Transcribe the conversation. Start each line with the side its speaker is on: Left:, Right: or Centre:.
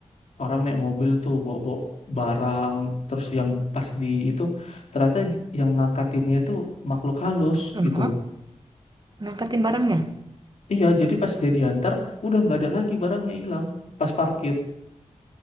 Left: orang naik mobil tuh bawa-bawa barang terus yang pas di itu ternyata yang ngangkatinnya itu makhluk halus
Right: Heeh.
Left: gitu.
Right: Ngangkatin barangnya.
Left: Iya, jadi pas dia diantar udah nggak ada lagi barangnya hilang pas parkir